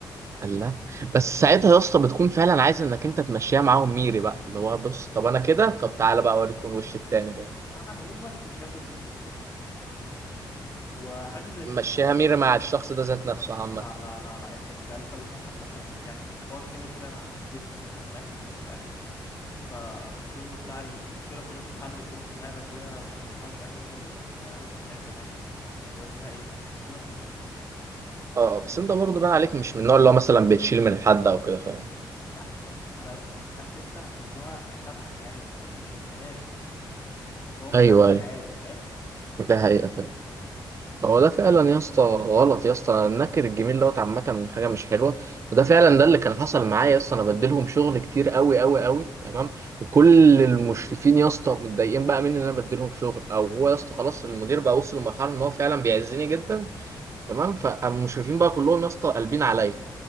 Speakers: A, on the right; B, on the left.
A: الله بس ساعتها يا اسطى بتكون فعلا عايز انك انت تمشيها معاهم ميري بقى اللي هو بص طب انا كده طب تعالى بقى اوريك الوش التاني ده
B: لا انا بقول واحد مش هياخد ذنب الكل وحاجه زي كده
A: مشيها
B: بتحصل
A: ميري مع الشخص ده ذات نفسه عامة
B: لا لا لا لا يعني كان فالموقف ده كان يعني الحوار كبر شويه مع بنت ب- كانت معايا في التيم فعلا فقلت له بتاع المشكله خلاص اتحلت وروح لحالك وهي اتخصم لها مش عارف ايه ولا كذا يا باشا مش عايزها معايا في التيم وديها اي تيم تاني. التيمات كتير
A: اه آه، بس انت برضه بقى عليك مش من النوع اللي هو مثلا بتشيل من حد او كده فاهم
B: لا انا عارف انت انا اللي هو هسامحك عادي بس مش هنساها لك اللي هو مش
A: ايوه
B: عاملك
A: ايوه
B: عادي فاهم
A: ده حقيقة فعلا هو ده فعلا يا اسطى غلط يا اسطى النكر الجميل دوت عامه من حاجه مش حلوه وده فعلا ده اللي كان حصل معايا يا اسطى انا بديلهم شغل كتير قوي قوي قوي تمام وكل المشرفين يا اسطى متضايقين بقى مني ان انا بديلهم شغل او هو يا اسطى خلاص المدير بقى وصل لمرحله ان هو فعلا بيعزني جدا تمام فالمشرفين بقى كلهم يا اسطى قلبين عليا